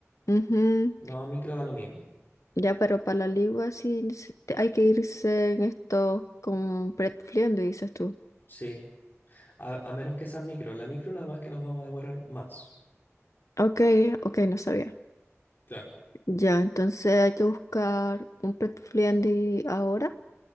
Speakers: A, on the left (about 80°); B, on the left (about 45°).
A: ujú.
B: No, micro da lo mismo.
A: Ya, pero para la ligua sí se- te- hay que irse en esto con pretfliendo, dices tú.
B: Sí, a, a menos que sea micro. La micro nada más que nos vamos a demorar más.
A: Ok, ok, no sabía.
B: Claro,
A: Ya, entonces hay que buscar un pretfliendi ahora